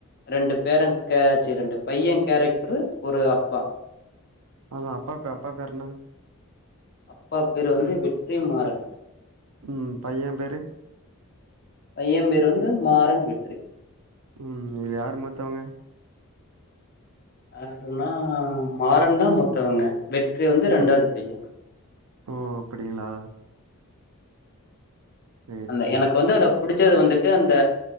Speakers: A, on the left; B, on the right.
A: ரெண்டு பேரு கேச்சி ரெண்டு பைய கேரக்ட்ரு ஒரு அப்பா
B: அவுங்க அப்பாக்கு அப்பா பேரு என்ன
A: அப்பா பேரு வந்து வெற்றி மாறன்
B: ம் பைய பேரு
A: பைய பேர் வந்து மாறன் வெற்றி
B: ம் இதுல யாரு மூத்தவங்க
A: யாருன்னா மாறன்தா மூத்தவங்க வெற் றி வந்து
B: ம்
A: ரெண்டாவது பைய
B: ஓ அப்படிங்ளா சேரி
A: அந்த
B: சேரி
A: எனக்கு வந்து அதுல பிடிச்சது வந்துட்டு அந்த